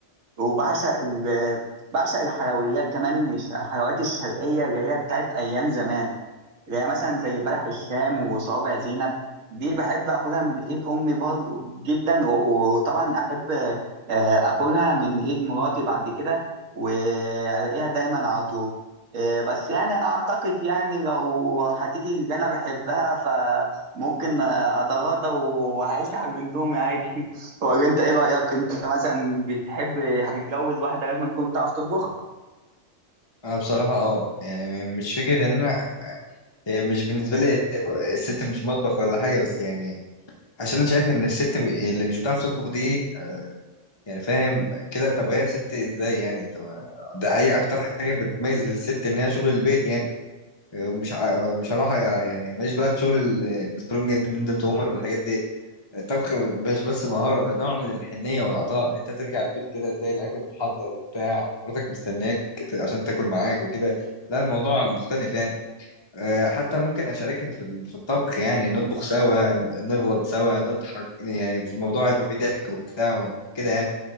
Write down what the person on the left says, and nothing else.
أنا بصراحة أه يعني مش فكرة إن أنا هي مش بالنسبة لي الست مش مطبخ ولا حاجة بس يعني عشان أنا شايف إن الست م- اللي مش بتعرف تطبخ دي يعني فاهم كده طب هي ست إزاي يعني طب ده أي أكتر حاجة بتميز الست إن هي شغل البيت يعني مش ع- مش هروح يعني ماليش بقى بشغل السترونج اندبندنت وومن والحاجات دي الطبخ مش بس مهارة ده نوع من الحنية والعطاء انت ترجع البيت كده تلاقي الاكل متحضر وبتاع ومراتك مستنياك ت- عشان تاكل معاك وكده لا الموضوع مختلف يعني آه، حتى ممكن اشاركها في ال- في الطبخ يعني نطبخ سوا ن- نغلط سوا نضحك يعني في الموضوع هيبقى فيه ضحك وبتاع وكده يعني